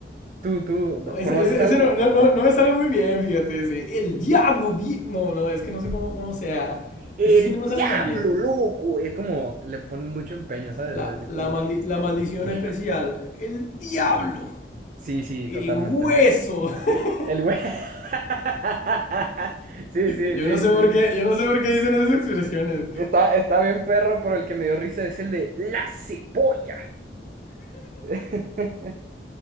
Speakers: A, on the right; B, on the left.
A: ¿Tú, tú,
B: No, ese,
A: conoces
B: ese-
A: algo
B: ese no, no,
A: o no?
B: no, no me sale muy bien, fíjate. ese, El diablo, vie-". No, no, es que no sé cómo, cómo sea.
A: El
B: Ese sí no me
A: diablo,
B: sale tan bien.
A: loco. Es como, le ponen mucho empeño, ¿sabes?
B: La,
A: Es
B: la,
A: como
B: maldi-
A: que,
B: la maldición
A: diablo.
B: especial. El diablo.
A: Sí, sí,
B: El
A: totalmente,
B: hueso.
A: ¿no?
B: <laughs>
A: El güey. <laughs> Sí, sí,
B: Yo
A: sí,
B: no sé
A: sí,
B: por
A: sí.
B: qué, yo no sé por qué dicen esas expresiones.
A: Está, está bien perro, pero el que me dio risa es el de la cebolla. <laughs>